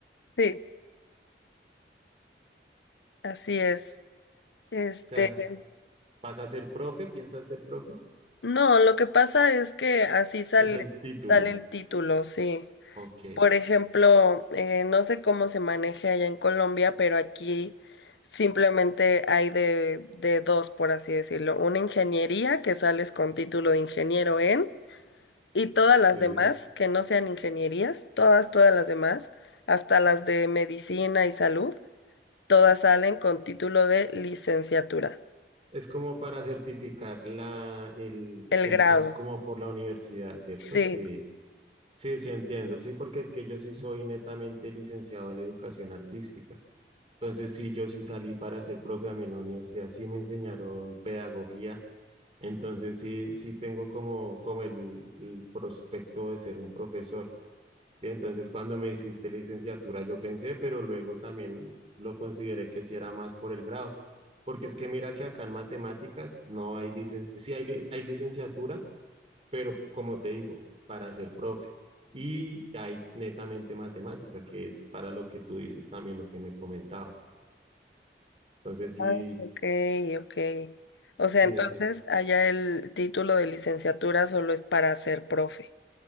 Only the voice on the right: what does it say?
sea, ¿vas a ser profe? ¿Piensas ser profe?
Es el título.
Ok,
Sí,
es como para certificar la, el,
el
paso como por la universidad, ¿cierto?
Sí, sí, sí entiendo. Sí, porque es que yo sí soy netamente licenciado en educación artística. Entonces, sí, yo sí salí para ser profe a mí en la universidad, sí me enseñaron pedagogía. Entonces, sí, sí tengo como, como el, el prospecto de ser un profesor. Sí, entonces cuando me hiciste licenciatura yo pensé, pero luego también lo consideré que sí era más por el grado, porque es que mira que acá en matemáticas no hay licenciatura, sí hay, li- hay licenciatura, pero como te digo, para ser profe. Y hay netamente matemática, que es para lo que tú dices también, lo que me comentabas. Entonces sí,
sí
es.